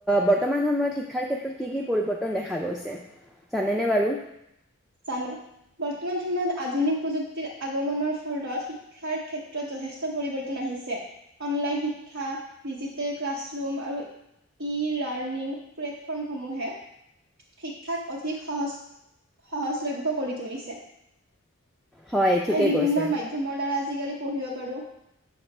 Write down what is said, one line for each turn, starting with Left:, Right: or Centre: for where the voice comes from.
Centre: বৰ্তমান সময়ত শিক্ষাৰ ক্ষেত্ৰত কি কি পৰিৱৰ্তন দেখা গৈছে? জানেনে বাৰু?
Right: জানো। বৰ্তমান সময়ত আধুনিক প্ৰযুক্তিৰ আগমনৰ ফলত শিক্ষাৰ ক্ষেত্ৰত যথেষ্ট পৰিৱৰ্তন আহিছে। অনলাইন শিক্ষা, ডিজিটেল ক্লাছৰুম, আৰু ই-লাৰ্ণিং প্লেটফৰ্মসমূহে শিক্ষাক অধিক সহজ সহজলভ্য কৰি তুলিছে।
Centre: হয় ঠিকেই
Right: এই বিভিন্ন
Centre: কৈছে
Right: মাধ্যমৰ দ্বাৰা আজি কালি পঢ়িব পাৰোঁ।